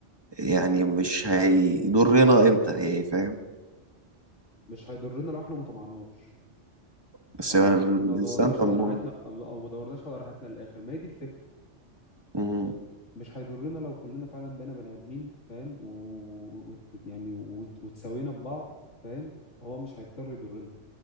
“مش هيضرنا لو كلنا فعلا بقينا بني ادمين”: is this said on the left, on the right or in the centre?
Left